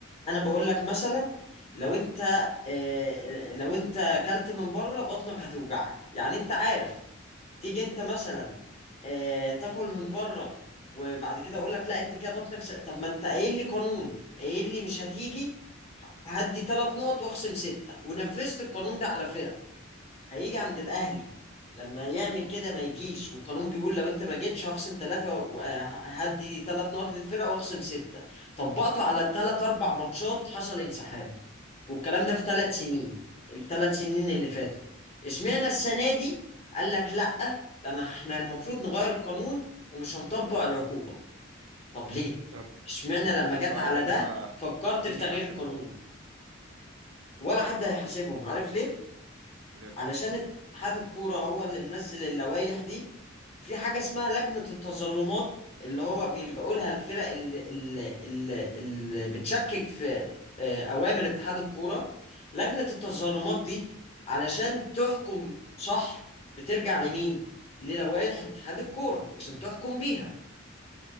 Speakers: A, on the left (about 30°); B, on the right (about 75°).
A: انا بقول لك مثلا لو انت آه، لو انت اكلت من بره بطنك هتوجعك يعني انت عارف تيجي انت مثلا آه، تاكل من بره وبعد كده اقول لك لا انت كده بطنك س... طب ما انت قايل لي قانون قايل لي مش هتيجي هدي ثلاث نقط واخصم سته ونفذت القانون ده على فرق هيجي عند الاهلي لما يعمل كده ما يجيش والقانون بيقول لو انت ما جيتش هخصم ثلاثه وهدي ثلاث نقط للفرقه واخصم سته طبقته على ثلاث اربع ماتشات حصل انسحاب والكلام ده في ثلاث سنين الثلاث سنين اللي فاتوا اشمعنى السنه دي قال لك لا انا احنا المفروض نغير القانون ومش هنطبق العقوبه طب ليه
B: طب
A: اشمعنى
B: طب
A: لما
B: السؤال
A: جت على
B: هنا
A: ده
B: بقى
A: فكرت
B: مين
A: في تغيير
B: يحاسب
A: القانون
B: دول
A: ولا حد هيحاسبهم عارف ليه
B: ليه
A: علشان اتحاد الكوره هو اللي منزل اللوائح دي في حاجة اسمها لجنة التظلمات اللي هو بيلجأوا لها الفرق اللي, اللي, اللي, اللي بتشكك في آه، أوامر اتحاد الكورة لجنة التظلمات دي علشان تحكم صح بترجع لمين؟ للوائح اتحاد الكورة عشان تحكم بيها